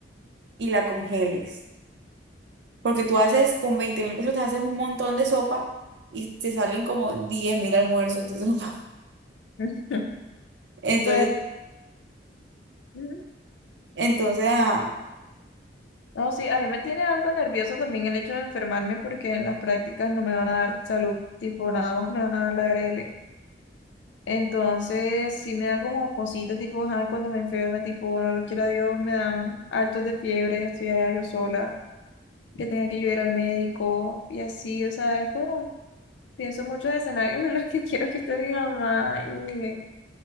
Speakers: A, on the right; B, on the left.
A: y la congeles. Porque tú haces con veinte mil pesos, te haces un montón de sopa y te salen como diez mil almuerzos de sopa.
B: <laughs>
A: <laughs> Entonces,
B: Pues, ujú.
A: entonces, ajá,
B: no, sí, a mí me tiene algo nervioso también el hecho de enfermarme porque en las prácticas no me van a dar salud, tipo, nada más me van a dar la ARL. Entonces, sí me da como cositas, tipo, ajá, cuando me enferme, tipo, no lo quiera Dios, me dan hartos de fiebre, estoy allá yo sola, que tenga que yo ir al médico y así, o sea, es como Pienso muchos escenarios en los que quiero que esté mi mamá y